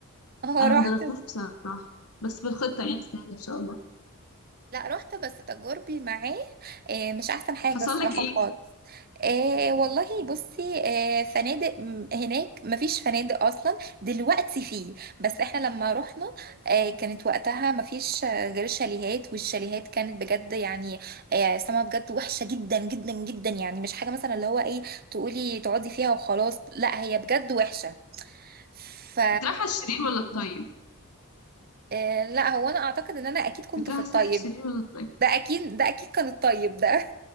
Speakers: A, on the right; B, on the left.
A: <laughs> اه
B: انا
A: رحت
B: ما جربتوش بصراحه بس في الخطه يعني السنه دي ان شاء الله
A: لا رحت بس تجاربي معاه آه، مش احسن حاجة
B: حصل
A: الصراحة
B: لك ايه
A: خالص آه والله بصي آه فنادق م- هناك مفيش فنادق اصلا دلوقتي فيه بس احنا لما رحنا آه كانت وقتها مفيش آه، غير شاليهات والشاليهات كانت بجد يعني آه سما بجد وحشة جدا جدا جدا يعني مش حاجة مثلا اللي هو ايه تقولي تقعدي فيها وخلاص لا هي بجد وحشة ف
B: كنت رايحه الشرير ولا الطيب
A: آه لا هو انا اعتقد ان انا اكيد كنت
B: كنت رايحه
A: في الطيب
B: الساحل الشرير ولا الطيب
A: ده اكيد ده اكيد كان الطيب ده